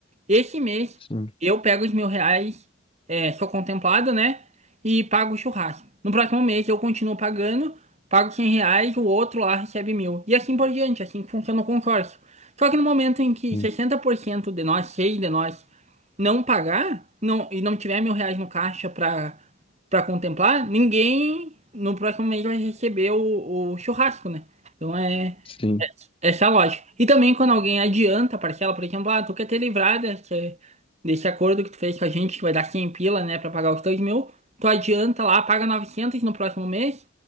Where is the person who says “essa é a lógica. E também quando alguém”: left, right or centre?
Right